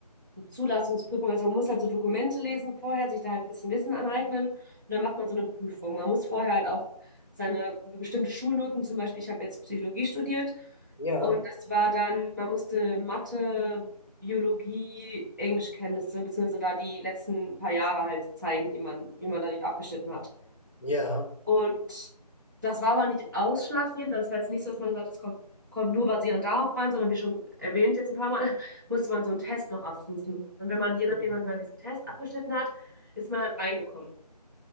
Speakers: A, on the right; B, on the left.
A: Zulassungsprüfung, also man muss halt so Dokumente lesen vorher, sich da halt ein bisschen Wissen aneignen und dann macht man so eine Prüfung. Man muss vorher halt auch seine bestimmte Schulnoten, zum Beispiel, ich habe jetzt Psychologie studiert
B: Ja,
A: und das war dann, man musste Mathe, Biologie, Englischkenntnisse, beziehungsweise da die letzten paar Jahre halt zeigen, die man, wie man da die abgeschnitten hat.
B: ja,
A: Und das war aber nicht ausschlaggebend. Das war jetzt nicht so, dass man gesagt hat, es kommt, kommt nur basierend darauf rein, sondern wie schon erwähnt jetzt ein paar Mal, <laughs> musste man so einen Test noch abschließen. Und wenn man, je nachdem,
B: ja,
A: wenn man diesen Test abgeschnitten hat, ist man halt reingekommen.